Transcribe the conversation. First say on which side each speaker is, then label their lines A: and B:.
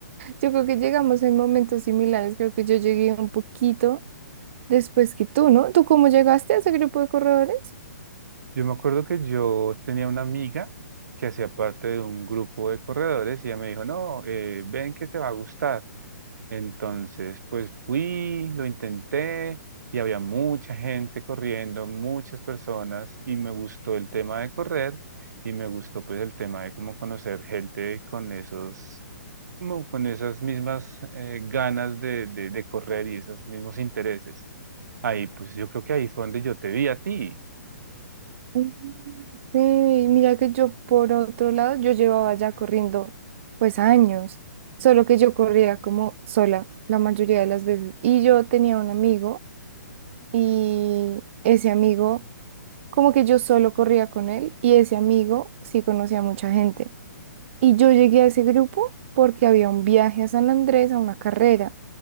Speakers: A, on the right; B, on the right.
A: Yo creo que llegamos en momentos similares. Creo que yo llegué un poquito después que tú, ¿no? ¿Tú cómo llegaste a ese grupo de corredores?
B: Yo me acuerdo que yo tenía una amiga que hacía parte de un grupo de corredores y ella me dijo, no, eh, ven que te va a gustar. Entonces, pues fui, lo intenté y había mucha gente corriendo, muchas personas y me gustó el tema de correr y me gustó pues el tema de cómo conocer gente con esos, como con esas mismas eh, ganas de, de, de correr y esos mismos intereses. Ahí, pues yo creo que ahí fue donde yo te vi a ti.
A: Mm. Sí, mira que yo por otro lado, yo llevaba ya corriendo pues años, solo que yo corría como sola la mayoría de las veces. Y yo tenía un amigo y ese amigo, como que yo solo corría con él y ese amigo sí conocía a mucha gente. Y yo llegué a ese grupo porque había un viaje a San Andrés a una carrera.